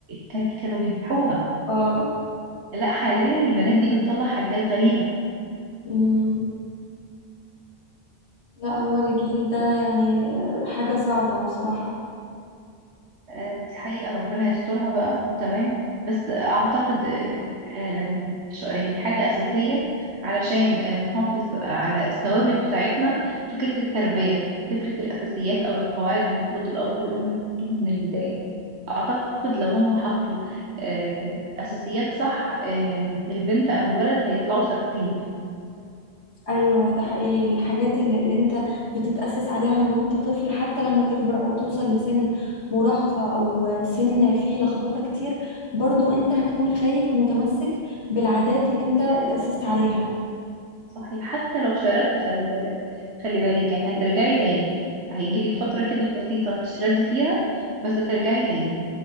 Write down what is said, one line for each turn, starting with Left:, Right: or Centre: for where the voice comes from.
Right: كانت كانوا بيذبحوها
Left: اه
Right: لا حاليا البنات دي بتطلع حاجات غريبه
Left: أمم. لا هو الجيل ده يعني حاجه صعبه بصراحه
Right: آه، دي حقيقة ربنا يسترها بقى تمام بس أعتقد آه، آم، ش- يعني حاجة أساسية علشان آه، نحافظ على الثوابت بتاعتنا فكرة التربية فكرة الأساسيات أو القواعد المفروض الأب والأم يحطوها من البداية أعتقد لو هم حطوا آه، أساسيات صح آه، البنت أو الولد هيطلعوا ثابتين
Left: ايوه ده حقيقي الحاجات اللي, اللي انت بتتأسس عليها من وانت طفل حتى لما تكبر او توصل لسن مراهقة او سن فيه لخبطة كتير برضو انت هتكون خايف ومتمسك بالعادات اللي انت اتأسست عليها
Right: صحيح حتى لو شردت خلي بالك خلي بالك يعني هترجعي تاني هيجيلك فترة كده بسيطة تشردي فيها بس ترجعي تاني